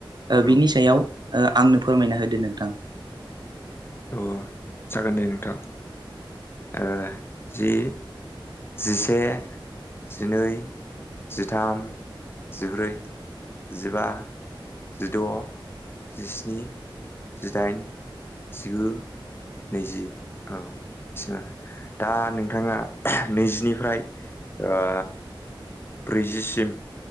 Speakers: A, on the right; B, on the left.
A: ओ
B: औ
A: बिनि सायाव ओ आंनो फोरमायना होदो नोंथां
B: अ जागोन दे नोंथां ओ जि जिसे जिनै जिथाम जिब्रै जिबा जिद' जिस्नि जिदाइन जिगु नैजि औ बिसिम आरो दा नोंथाङा नैजिनिफ्राय ओ ब्रैजिसिम